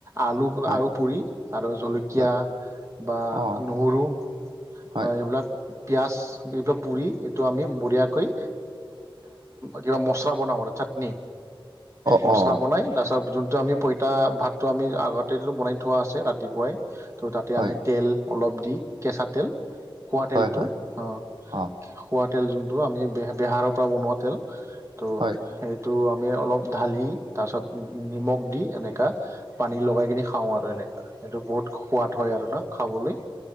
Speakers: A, on the right (about 30°); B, on the right (about 60°).
A: আলু
B: হয়
A: আৰু পুৰি আৰু জলকীয়া
B: হয়
A: বা
B: অ
A: নহৰু।
B: হয়
A: অ এইবিলাক। পিয়াজ এইবিলাক পুৰি এইটো আমি বঢ়িয়াকৈ কিবা মছলা বনাওঁ আৰু। চাটনি
B: অ
A: মচলা
B: অ
A: বনাই তাছত জোনটো টো আমি পঁইতা ভাতটো আমি আগতে যিটো বনাই থোৱা আছে ৰাতিপুৱাই ত' তাতে
B: হয়
A: আমি তেল অলপ দি কেঁচা তেল খোৱাতেলটো
B: হয় হয়
A: অহ
B: অ
A: খোৱা তেল জোনটো আমি বে বেহাৰপা বনোৱা তেল ত
B: হয়
A: সেইটো। আমি অলপ ঢালি তাৰপিছত নিমখ দি এনেকা পানী লগাই কিনি খাওঁ আৰু এনেকা। সেইটো বহুত সোৱাদ হয় আৰু না খাবলৈ।